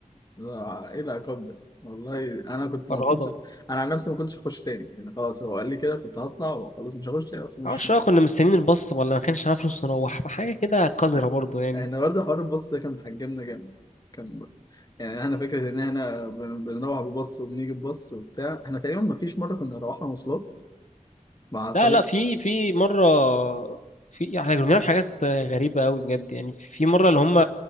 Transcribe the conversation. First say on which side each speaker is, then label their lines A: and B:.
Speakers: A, on the left; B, on the left.
A: لا ايه العقاب ده والله انا كنت
B: فرهضه
A: ما كنتش انا عن نفسي ما كنتش هخش تاني يعني خلاص هو قال لي كده كنت هطلع وخلاص مش هخش تاني اصلا
B: معرفش
A: مش مش
B: بقى كنا مستنيين الباص ولا ما كانش معانا فلوس نروح حاجة كده قذرة
A: فاهم.
B: برضو يعني
A: احنا برضه حوار الباص ده كان محجمنا جامد كان يعني احنا فكره ان احنا بن- بنروح بباص وبنيجي بباص وبتاع احنا تقريبا ما فيش مره كنا روحنا مواصلات مع صريف
B: لا لا في في مرة في يعني احنا كنا بنعمل حاجات غريبة أوي بجد يعني في في مرة اللي هم